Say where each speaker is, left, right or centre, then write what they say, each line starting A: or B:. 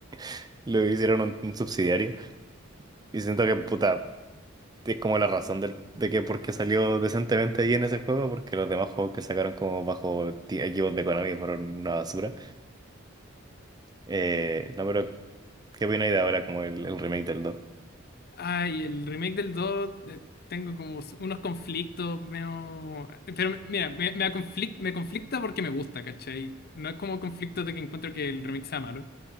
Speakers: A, on the right (about 20°); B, on the left (about 50°).
A: <laughs> lo hicieron un, un subsidiario, y siento que puta, es como la razón del, de que por qué salió decentemente ahí en ese juego, porque los demás juegos que sacaron como bajo ti- equipos de Konami fueron una basura. Eh, no, pero ¿qué opináis de ahora como el, el remake del dos
B: Ay, el remake del 2. eh, tengo como s- unos conflictos, medio... Pero me- mira, me, me, conflic- me conflicta porque me gusta, ¿cachai? No es como conflicto de que encuentro que el remake sea malo,